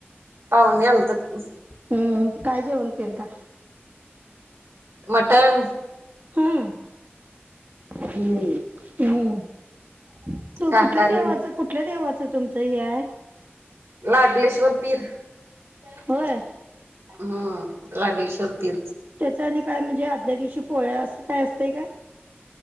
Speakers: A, on the right; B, on the right.
A: पाहुणे आलतत
B: हम्म. काय जेवण केलता?
A: <inaudible> मटन
B: हा <inaudible> हम्म, हो <inaudible> तो
A: शाकाहारी
B: कुठल्या देवाचं, कुठल्या देवाचं तुमचं हे आहे?
A: लागलेश्वर पीर. <inaudible>
B: होय
A: हम्म, लागलेश्वर पीर.
B: त्याच्या आणि काय म्हणजे, आदल्या दिवशी पोळ्या असं काय असतं आहे काय?